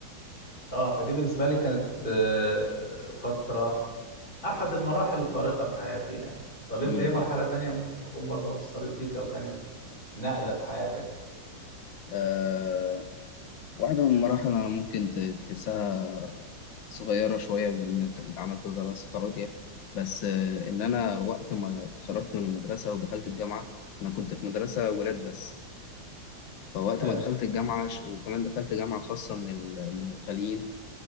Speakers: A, on the left; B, on the left.
A: اه فدي بالنسبة لي كانت آه، فترة احد المراحل الفارقة في حياتي يعني طب انت
B: امم
A: ايه مرحلة تانية ممكن تكون برضو اثرت فيك او كانت نقلة في حياتك
B: آه واحدة من المراحل انا ممكن ت- تحسها صغيرة شوية بانك انت عملت دراسة عليا بس آه، ان انا وقت ما اتخرجت من المدرسة ودخلت الجامعة انا كنت في مدرسة ولاد بس فوقت
A: حلو
B: ما دخلت الجامعة ش- وكمان دخلت جامعة خاصة من ال- من الغاليين